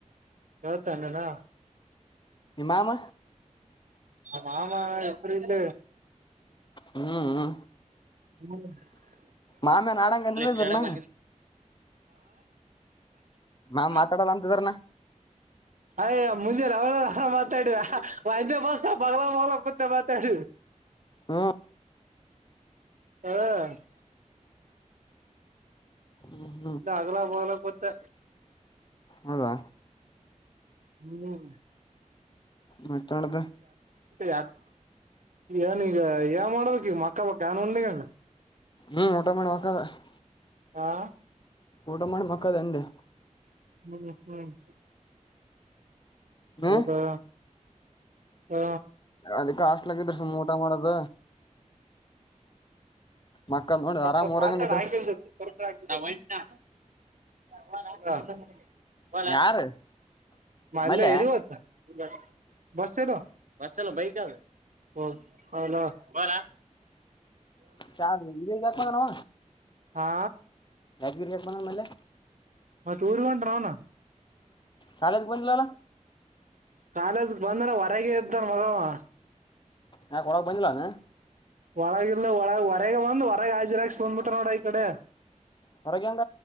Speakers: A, on the right; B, on the left.
A: ಹತಾನನಾ.
B: ನಿ ಮಾಮ.
A: ಮಾಮ ಎಪ್ರ ಇಲ್ಲ.
B: ಹ್ಮ್
A: ಹ್ಮ
B: ಮಾಮೇನ್ ಆಡಂಗನಿಲ್ಲ
A: ಚ
B: ಇದ್ರನ
A: ಬ
B: ಮಾಮ
A: ಹಾ
B: ಮಾತಾಡಲ್ಲ ಅಂತಿದ್ರನ
A: ಅಯ ಮುಜೆ ಲಾವಣ ಮಾತಾಡ ವ ಬಸ್ ಬಲ ಬಲ ಪತ್ತ ಮಾತಾಡ.
B: ಹ್ಮ
A: ಹಾ.
B: ಹ್ಮ್ ಹ್ಮ್
A: ನಗರಾ ಬಾಗ್ಲ ಕೊಟ್ಟೆ.
B: ಹೌದಾ
A: ಹ್ಮ್.
B: ಮದ್ಯನದ.
A: ಯಾರ್ಡ್ ಎನ್ ಈಗ ಏನ ಮಾಡಡಬೇಕ ಈಗ ಮಕ್ಕೊ ಬೇಕ್ ಏನ ಉಂಡ ಕೆಂದ.
B: ಹ್ಮ್ಮ್ ಹಲೋ <unintelligible>
A: ಆ.
B: ಊಟ ಮಾಡಿ ಮಕ್ಕದ ಅಂದೆ.
A: <unintelligible> ಹ್ಮ್.
B: ಹ್ಮ್
A: ಹೌದಾ ಹಾ.
B: ಅದಕ ಹಾಸ್ಟೆಲ್ ದಾಗ ಇದ ಸುಮ್ಮ್ ಊಟ ಮಾಡೋದ. ಮಕ್ಕದ್ ನೋಡ
A: ಸ್ವಲ್ಪ
B: ಆರಾಮ್
A: ಹೊತ
B: ಊರಾಗನ್
A: ಹಾಕೋಣ
B: ಇದ್ರ
A: ಆಯ್ತ್. <unintelligible> ನಾ ಹೊಂಟಿನಿ ನಾ. <unintelligible> ಹೋಗಣ
B: ಯಾರ
A: ಬಂದೆ
B: ಮಲ್ಯ
A: ಏನ ಇವತ್ <unintelligible> ಬಸ್ <unintelligible> ಬಸ್. <unintelligible> ಬೈಕ್ <unintelligible> ಹ್ಮ್ ಹ ಹ ಹೋಗಣ.
B: ಸರ್ ಇಲ್ಲಿ ಇಲ್ಲ ಕಣನೋ.
A: ಹಾ.
B: ಯಾದಗಿರಿ <unintelligible> ಇನ್ನ ಮೇಲೆ.
A: ಮತ್ತ ಊರಿಗ ಹೊಂಟ ರೋಹಣ.
B: ಕಾಲೇಜಗ ಬಂದಿಲ ಅಲ್ಲೋ.
A: ಕಾಲೇಜ್ ಬಂದ್ರ ಹೊರಗೆ ಇರ್ತಾನ ಮಗಾ ಅವ.
B: ಯಾಕ ಒಳಗ ಬಂದಿಲ್ಲ ಅವ ಇನ್ನ.
A: ಒಳಗಲ್ಲ ಒಳಗ ಹೊರಗ ಬಂದ ಹೊರಗೆ ಹಾಜಿರಾಸ್ ಬಂದ್ಬಿಟ ನೋಡ್ರ ಈ ಕಡೆ.
B: ಹೊರಗೆ ಹೆಂಗ